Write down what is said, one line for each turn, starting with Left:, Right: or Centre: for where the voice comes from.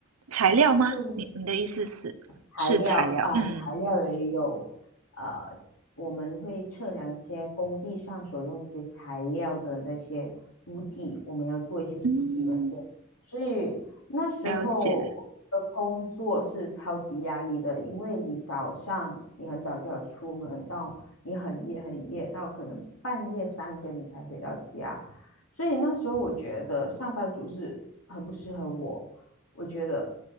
Right: 材料吗？
Left: 就
Right: 你你的意思是是材料？
Left: 材料啊、
Right: 嗯
Left: 材料也有，呃，我们会测量一些工地上所用一些材料的那些估计，我们要做一些估计那些，
Right: 嗯。
Left: 所以那时候的工作是超级压力的，
Right: 了解，
Left: 因为你早上你很早就要出门，到你很夜很夜，到可能半夜三更你才回到家，所以那时候我觉得上班族是很不适合我，我觉得